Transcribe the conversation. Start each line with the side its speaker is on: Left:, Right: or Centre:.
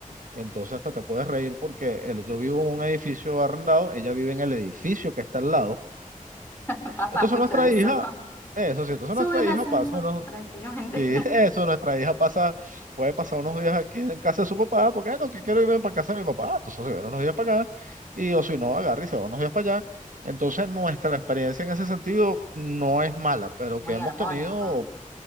Right: Entonces hasta te puedes reír porque el- yo vivo en un edificio arrendado, ella vive en el edificio que está al lado.
Left: <laughs> pasa
Right: Entonces
Left: mucho
Right: nuestra
Left: eso.
Right: hija, eso sí, entonces
Left: Sube
Right: nuestra
Left: el
Right: hija
Left: ascensor
Right: pasa unos,
Left: prácticamente.
Right: sí,
Left: <laughs>
Right: <laughs> eso, nuestra hija pasa, puede pasar unos días aquí en casa de su papá, porque "Ah, no, que quiero irme para casa de mi papá. Ah, Entonces se viene unos días para acá y o si no, agarra y se va unos días para allá. Entonces nuestra experiencia en ese sentido no es mala, pero
Left: Muy
Right: que hemos
Left: armónico.
Right: tenido